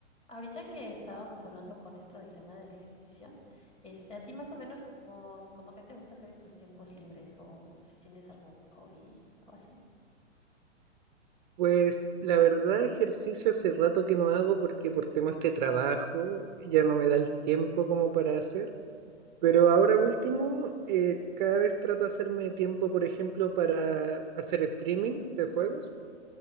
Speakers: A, on the left; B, on the right.
A: Ahorita que estábamos hablando con esto del tema del ejercicio, este, a ti más o menos como, como qué te gusta hacer en tus tiempos libres o si tienes algún hobby o así.
B: Pues la verdad, ejercicio hace rato que no hago porque por temas de trabajo ya no me da el tiempo como para hacer. Pero ahora último, eh, cada vez trato de hacerme tiempo, por ejemplo, para hacer streaming de juegos.